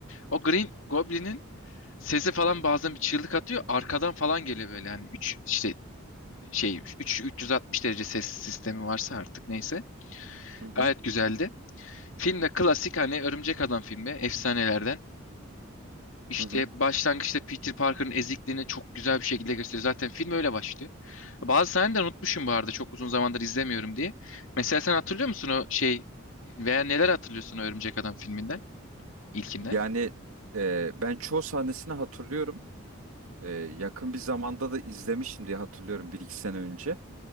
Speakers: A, on the left; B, on the right.
A: O Green Goblin'in sesi falan bazen bir çığlık atıyor. Arkadan falan geliyor böyle hani 3 işte şey 3 360 derece ses sistemi varsa artık neyse.
B: Hı hı.
A: Gayet güzeldi. Film de klasik hani Örümcek Adam filmi efsanelerden. İşte
B: Hı hı.
A: başlangıçta Peter Parker'ın ezikliğini çok güzel bir şekilde gösteriyor. Zaten film öyle başlıyor. Bazı sahneleri unutmuşum bu arada çok uzun zamandır izlemiyorum diye. Mesela sen hatırlıyor musun o şey veya neler hatırlıyorsun o Örümcek Adam filminden? ilkinden?
B: Yani e, ben çoğu sahnesini hatırlıyorum. E, yakın bir zamanda da izlemiştim diye hatırlıyorum bir iki sene önce.